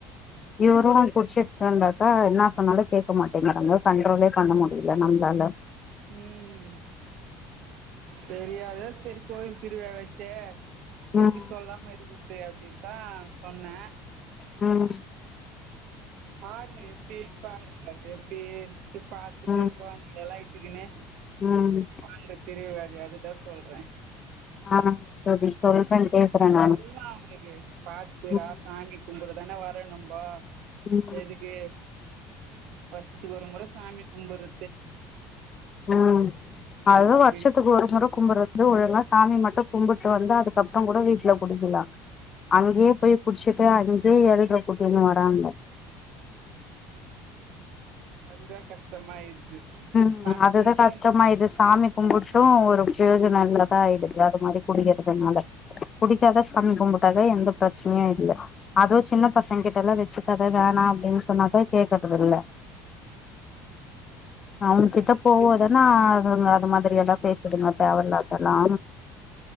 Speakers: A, on the left; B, on the right.
A: இவரு குடிச்சிட்டு இருந்தாக்கா என்ன சொன்னாலும் கேட்க மாட்டேங்கறாக கண்ட்ரோலே பண்ண முடியல நம்மளால
B: உம் தெரியாது செரி கோயில் திருவிலா வெச்சே
A: ம்
B: எப்பிடி சொல்லாம இருக்குது அப்பிடின் தா சொன்ன
A: உம்
B: பாருங்க எப்படிருப்பாருனு எப்பிடின்ட்டு பாத்துட்டு
A: ம்
B: கொழந்தைங்களேள்ளா இட்டுக்குன்னே
A: ம்
B: வாங்கா திருவிழாக்கு அதுத சொல்றே
A: ஆ சரி சொல்றே கேக்குறே நானு
B: சொல்லாம் அவனுக்கு பாத்து
A: ம்
B: டா சாமி கும்புடு தென வரோணம்போ
A: உம்
B: எதுக்கு வர்ஷத்துக்கு ஒரு முறை சாமி கும்பிடுற
A: உம் அதுவு
B: அப்டின்
A: வருஷத்துக்கு ஒரு முறை கும்புற வந்து ஒழுங்கா சாமி மட் டு கும்பிட்டு வந்து அதுக்கப்புறோ கூட வீட்டுல குடிக்கலா அங்கேயே போய் குடிச்சுட்டு அங்கியே ஏழ்ட்ர கூட்டின்னு வராங்க
B: அதுதா கஷ்டமாயிடுது
A: உம்
B: சாமி
A: அதுதா
B: கும்ட்டு
A: கஷ்டமாயிது சாமி கும்புட்டு ஒரு பிரயோஜன இல்லதா ஆயிடுது து மாரி குடிக்கறதுனால குடிக்காத சாமி கும்பிட்டாக்க எந்த பிரச்சனையு இல்ல அது சின்ன பசங்க கிட்ட எல்லா வச்சுக்கத வேணாம் அப்படின்னு சொன்னாக கேக்குறத இல்ல அவங்ககிட்ட
B: அதுங்கிட்டு
A: போவோதானா அதுங்க அது மாதிரியே தா பேசுதுங்க தேவையில்லாதெல்லா